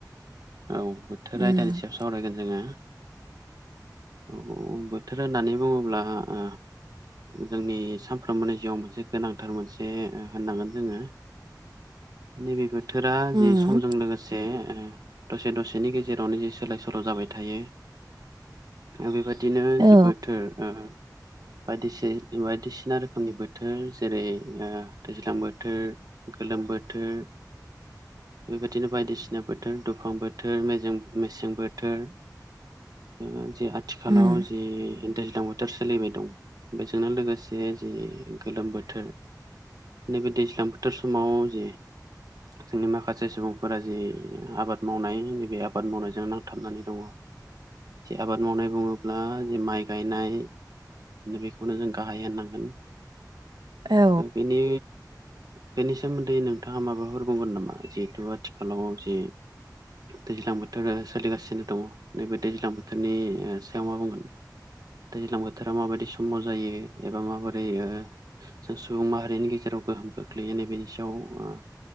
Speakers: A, on the right (about 60°); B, on the right (about 80°).
A: औ बोथोर
B: उम
A: आयदानि सायाव सावरायगोन जोङो औ बोथोर होननानै बुङोब्ला ओ जोंनि सानफ्रोमबोनि जिउआव मोनसे गोनांथार मोनसे होननांगोन जोङो नैबे बोथोरा
B: उम
A: जे समजों लोगोसे दसे दसेनि गेजेरावनो जे सोलाय सोल' जाबाय थायो आरो बेबायदि बिदिनो
B: औ
A: जे बोथोर ओ बायदि बायदिसिना रोखोमनि बोथोर जेरै ओ दैज्लां बोथोर गोलोम बोथोर बेबायदिनो बायदिसिना बोथोर दुफां बोथोर मेजें मेसें बोथोर ओ जे आथिखालाव
B: उम
A: जि दैज्लां बोथोर सोलिबाय दं बेजोंनो लोगोसे जि गोलोम बोथोर नैबे दैज्लां बोथोर समाव जे जोंनि माखासे सुबुंफोरा जि आबाद मावनाय नैबे आबाद मावनायजों नांथाबनानै दङ जे आबाद मावनाय बुङोब्ला जे माइ गायनाय बेखौनो जों गाहाय होननांगोन
B: औ
A: बिनि बेनि सोमोन्दै नोंथाङा माबाफोर बुंगोन नामा जिहेतु आथिखालाव जे <inaudible> दैज्लां बोथोर सोलिगासिनो दङ नैबे दैज्लां बोथोरनि सायाव मा बुंगोन? दैज्लां बोथोराव माबायदि समाव जायो एबा माबोरै ओ? जों सुबुं माहारिनि गेजेराव गोहोम खोख्लैयो नै बेनि सायाव ओ